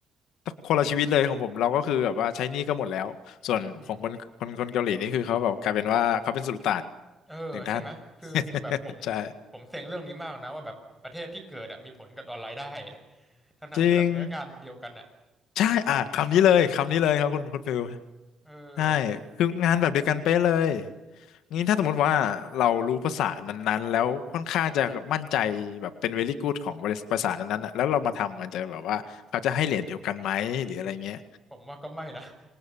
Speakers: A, on the left; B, in the centre.
A: คนละชีวิตเลยของผมเราก็คือแบบว่าใช้หนี้ก็หมดแล้วส่วนของคนคนคนเกาหลีนี่คือเขาแบบกลายเป็นว่าเขาเป็นสุลต่าน
B: อืมเออใช่ไหมคือคือแบบผม
A: หนึ่งท่าน <laughs> ใช่
B: ผมเซ็งเรื่องนี้มากนะว่าแบบประเทศที่เกิดอะมีผลกับออนไลน์ได้ <laughs> ทั้งทั้งที่แบบเนื้องานมันเดียวกันอ่ะ
A: จริงใช่อ่ะคำนี้เลยคำนี้เลยครับคุณคุณฟิล
B: เออ
A: ใช่คืองานแบบเดียวกันเป๊ะเลยงี้ถ้าสมมติว่าเรารู้ภาษานั้นๆแล้วค่อนข้างจะมั่นใจแบบเป็น very good ของบริษัทภาษานั้นๆน่ะแล้วเรามาทำมันจะแบบว่าเขาจะให้เรทเดียวกันไหมหรืออะไรเงี้ย
B: ผมว่าก็ไม่นะ